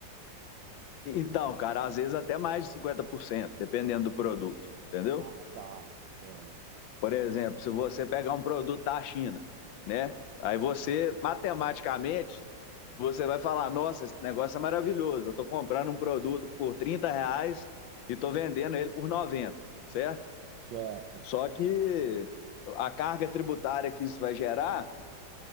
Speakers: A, on the left (about 85°); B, on the right (about 80°).
A: Então, cara, às vezes até mais de 50%, dependendo do produto, entendeu?
B: Ah, tá. Pronto.
A: Por exemplo, se você pegar um produto da China, né? Aí você, matematicamente, você vai falar, nossa, esse negócio é maravilhoso, eu estou comprando um produto por 30 reais e estou vendendo ele por 90, certo?
B: Certo,
A: Só que a carga tributária que isso vai gerar,